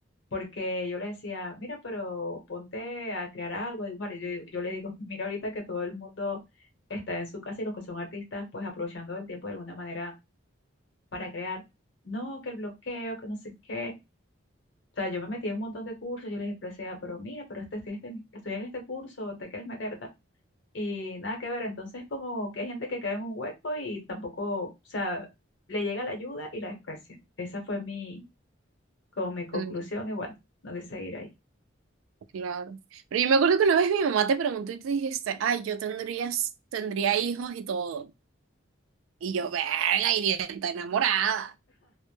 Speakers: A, on the left; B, on the right.
A: Porque yo le decía, mira, pero ponte a crear algo, a dibujar. Y yo, digo- yo le digo, mira, ahorita que todo el mundo está en su casa y los que son artistas, pues aprovechando el tiempo de alguna manera para crear. No, que el bloqueo, que no sé qué. O sea, yo me metí en un montón de cursos, yo les decía, pero mira, pero este, estoy, en- estoy en este curso, ¿te quieres meter? Y nada que ver, entonces como que hay gente que cae en un hueco y tampoco, o sea, le llega la ayuda y la desprecia. Esa fue mi, como mi conclusión
B: Mm,
A: y bueno, no que seguir ahí.
B: claro. Pero yo me acuerdo que una vez mi mamá te preguntó y tú dijiste, ay, yo tendrías, tendría hijos y todo. Y yo, verga, iría tan enamorada.